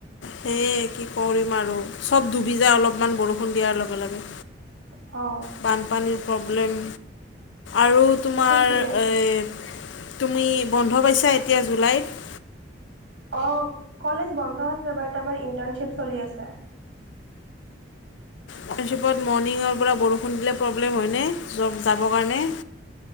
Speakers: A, on the left; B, on the right.
A: সে কি কৰিম আৰু চব ডুবি যায় অলপমান বৰষুণ দিয়াৰ লগে লগে
B: অ
A: বানপানীৰ প্ৰব্লেম আৰু তোমাৰ
B: সেইটোৱে।
A: এই তুমি বন্ধ পাইছা এতিয়া জুলাইত
B: অ কলেজ বন্ধ আছে বাট আমাৰ ইণ্টাৰ্ণশ্বিপ চলি আছে।
A: ইন্টাৰ্ণশ্বিপত মৰ্ণিঙৰ পৰা বৰষুণ দিলে প্ৰব্লেম হয়নে? জব যাবৰ কাৰণে।